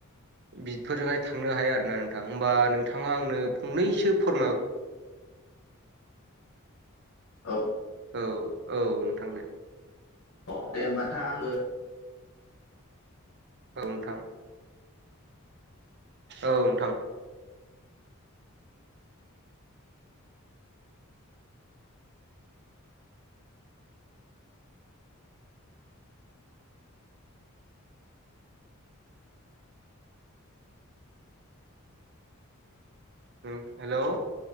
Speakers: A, on the right; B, on the left.
A: बिफोरजोंहाय थांनो हायो आरोना नोंथां होमबा नोंथाङा आंनो फंनैसो फोरमायहर
B: औ
A: औ औ नोंथां दे
B: अ दे होमबा नोंथां आङो
A: औ नोंथां औ नोंथां <unintelligible> हेल'